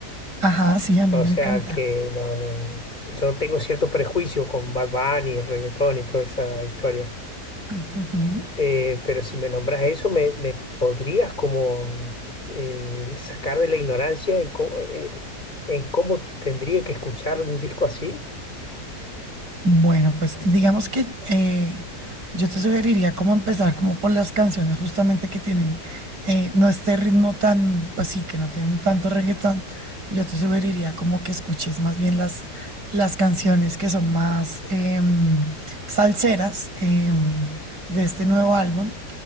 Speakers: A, on the right; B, on the left.
A: Ajá, sí, a mí
B: o
A: me
B: sea
A: encanta.
B: que no, no, yo tengo cierto prejuicio con Bad Bunny, el reggaetón y toda esa historia.
A: <clears throat> Ujú.
B: Eh, pero si me nombras eso, me, me podrías como eh, sacar de la ignorancia en cómo, eh, en cómo tendría que escuchar un disco así.
A: Bueno, pues digamos que eh, yo te sugeriría cómo empezar como por las canciones justamente que tienen, eh, no este ritmo tan, pues sí, que no tienen tanto reggaetón. Yo te sugeriría como que escuches más bien las, las canciones que son más em, salseras em, de este nuevo álbum,